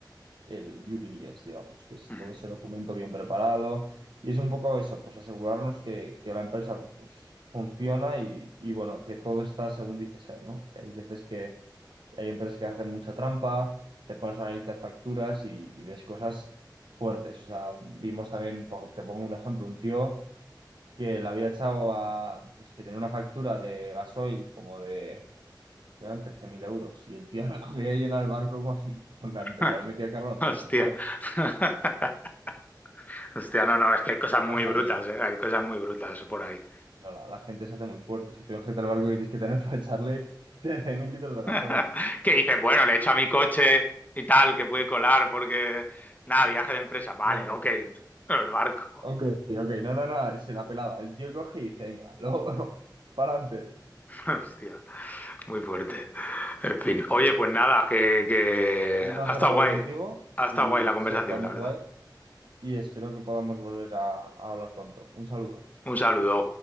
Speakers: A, on the right; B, on the left.
A: el due diligence, digamos, que es
B: ujú.
A: todo ese documento bien preparado. Y es un poco eso, pues asegurarnos que, que la empresa pues, funciona y, y, bueno, que todo está según dice ser, ¿no? Que Hay veces que hay empresas que hacen mucha trampa, te pones a analizar facturas y, y ves cosas fuertes. O sea, vimos también, po- te pongo un ejemplo, un tío que le había echado a, pues que tenía una factura de gasoil como de, eran 13.000 euros y el tío <laughs> había llenado el barco con, con la,
B: <laughs>
A: y le había metido a cargo a la empresa,
B: Hostia.
A: ¿sabes?
B: <laughs> Hostia, no, no, es que hay cosas
A: ¿Qué pasa?
B: muy brutas,
A: Que lo-
B: ¿eh? Hay cosas muy brutas por ahí.
A: no, la, la gente se hace muy fuerte. O sea, tienes gente al barco que tienes que tener <laughs> para echarle 13.000 litros de gasoil.
B: <laughs> Que dices, bueno, le echo a mi coche y tal, que puede colar porque, nada, viaje de empresa, vale,
A: Claro, no.
B: ok, <laughs> pero el barco.
A: Ok, ok, no, no, no, se la pelaba. El tío coge y dice, venga, luego, <laughs> para adelante.
B: <laughs> Hostia. Muy fuerte. En fin. Oye,
A: Sí, sí,
B: pues nada,
A: sí.
B: que, que...
A: Un placer
B: Hasta
A: hablar
B: guay.
A: contigo
B: Hasta
A: y
B: guay la conversación,
A: sí, ha estado muy
B: la verdad.
A: guay y espero que podamos volver a a hablar pronto. Un saludo.
B: Un saludo.